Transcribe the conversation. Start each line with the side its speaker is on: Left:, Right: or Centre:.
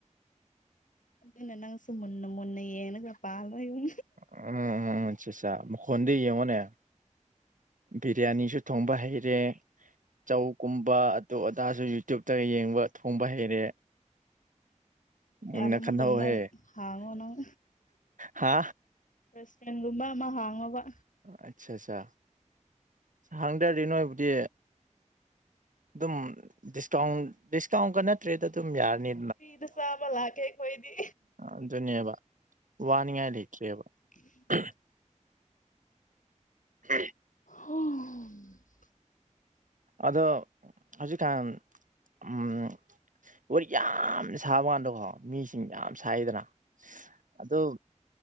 Left: ꯑꯗꯨꯅ ꯅꯪꯁꯨꯨ ꯃꯨꯟꯅ ꯃꯨꯟꯅ ꯌꯦꯡꯉꯒ ꯄꯥꯜꯂꯣ ꯌꯨꯝ
Right: ꯎꯝ ꯎꯝ ꯑꯆꯥ ꯑꯆꯥꯆꯥ ꯃꯈꯣꯟꯗ‌ꯣ ꯌꯦꯡꯉꯣꯅꯦ ꯕꯤꯔꯌꯥꯅꯤꯁꯨ ꯊꯣꯡꯕ ꯍꯩꯔꯦ ꯆꯧꯒꯨꯝꯕ ꯑ ꯗꯨ ꯑꯗꯥꯖꯨ ꯌꯨꯇ꯭ꯌꯨꯨꯞꯇꯩ ꯌꯦꯡꯕ ꯊꯣꯡꯕ ꯍꯩꯔꯦ
Left: ꯀꯥꯟ
Right: ꯃꯨꯟꯅ
Left: ꯑꯃꯒꯨꯝꯕ
Right: ꯈꯟꯍꯧꯍꯦ
Left: ꯍꯥꯡꯉꯣꯅꯪ
Right: ꯍꯥ
Left: ꯔꯦꯁꯇꯨꯔꯦꯟꯒꯨꯝꯕ ꯑꯃ ꯍꯥꯡꯉꯣꯕ
Right: ꯑꯠ ꯁꯥ ꯁꯥ ꯍꯪꯗꯔꯗꯤ ꯅꯣꯏꯕꯨꯗꯤ ꯑꯗꯨꯝ ꯗꯤꯁꯀꯥꯎꯟ ꯗꯤꯁꯀꯥꯎꯟꯒ ꯅꯠꯇ꯭ꯔꯦꯗ ꯑꯗꯨꯝ ꯌꯥꯔꯅꯤ꯫
Left: ꯐ꯭ꯔꯤꯗ ꯆꯥꯕ ꯂꯥꯛꯀꯦ ꯑꯩꯈꯣꯏꯗꯤ꯫
Right: ꯑꯗꯨꯅꯦꯕ ꯋꯥꯅꯤꯡꯉꯥꯏ ꯂꯩꯇ꯭ꯔꯦꯕ꯫
Left: <inaudible>
Right: <inaudible> <unintelligible>
Left: <unintelligible>
Right: ꯑꯗꯣ ꯍꯧꯖꯤꯛ ꯀꯥꯟ ꯎꯝ꯫ ꯋꯥꯔꯤ ꯌꯥꯝ ꯁꯥꯕꯥ ꯋꯥꯟꯗꯒ‌ꯣ ꯃꯤꯁꯤꯡ ꯌꯥꯝ ꯁꯥꯏꯗꯅ꯫ ꯑꯗꯣ